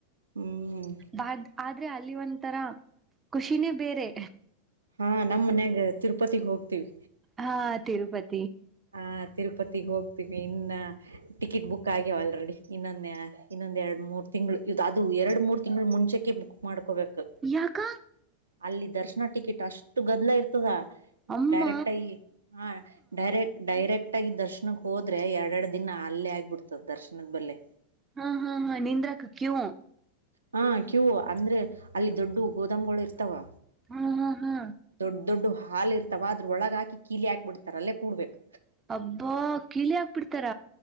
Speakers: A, on the right; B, on the right.
A: ಹ್ಮ್
B: ಬ ಆದ್ರೆ ಅಲ್ಲಿ ಒಂಥರ ಖುಷಿನೇ ಬೇರೆ
A: ಹಾ ನಮ್ಮ್ ಮನ್ಯಾಗ ತಿರುಪತಿಗ್ ಹೋಗ್ತಿವಿ
B: ಹಾ ತಿರುಪತಿ
A: ಹಾ ತಿರುಪತಿಗ್ ಹೋಗ್ತೀವಿ ಇನ್ನ ಟಿಕೆಟ್ ಬುಕ್ ಆಗ್ಯವ ಆಲ್ರೆಡಿ ಇನ್ನೊಂದು ಇನ್ನೊಂದು ಎರಡು ಮೂರು ತಿಂಗಳು ಇದು ಅದು ಎರಡು ಮೂರು ತಿಂಗಳು ಮುಂಚೆಕ್ಕೆ ಮಾಡ್ಕೋಬೇಕು
B: ಯಕ್ಕಾ
A: ಅಲ್ಲಿ ದರ್ಶನ ಟಿಕೆಟ್ ಅಷ್ಟು ಗದ್ಲ ಇರ್ತದ
B: ಅಮ್ಮ
A: ಡೈರೆಕ್ಟ್ಐ ಹಾ ಡೈರೆಕ್ಟ್ ಕರೆಕ್ಟ್ ಆಗಿ ದರ್ಶನಕ್ ಹೋದ್ರೆ ಎರ ಎರಡ್ ದಿನ ಅಲ್ಲೇ ಆಗ್ಬಿಡ್ತದೆ ದರ್ಶನದ ಬಲ್ಲೆ
B: ಹಾ ಹಾ ಹಾ ನಿಂದ್ರಾಕ್ಕೆ ಕ್ಯೂ
A: ಹಾ ಕ್ಯೂ ಅಂದ್ರೆ ಅಲ್ಲಿ ದೊಡ್ಡ ಗೋದಾಮ್ಗಳು ಇರ್ತ ವಾ
B: ಹಾ ಹಾ ಹಾ
A: ದೊಡ್ಡ ದೊಡ್ಡ ಹಾಲ್ ಇರ್ತವ ಅದ್ರ ಒಳಗ ಹಾಕಿ ಕೀಲಿ ಹಾಕ್ಬ ಬಿಡ್ತಾರ ಅಲ್ಲೇ ಕೂಡ್ಬೇಕು
B: ಹಬ್ಬಾ ಕೀಳೆ ಹಾಕ್ಬಿಡ್ತಾರ